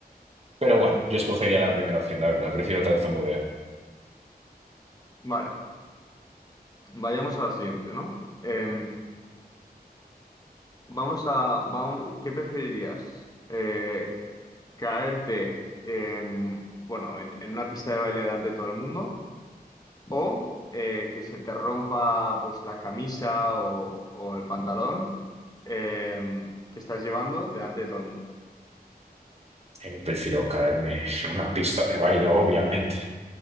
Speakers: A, on the right (about 40°); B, on the left (about 25°).
A: Pero bueno, yo escogería la primera opción, la verdad. Prefiero tartamudear.
B: vale. Vayamos a la siguiente, ¿no? Em, vamos a, vamos, ¿qué preferirías? Eh, ¿caerte, em, bueno, en, en una pista de baile delante de todo el mundo o eh, que se te rompa pues la camisa o o el pantalón? eh, que estás llevando delante de todo el mundo.
A: Eh, prefiero caerme en una pista de baile, obviamente.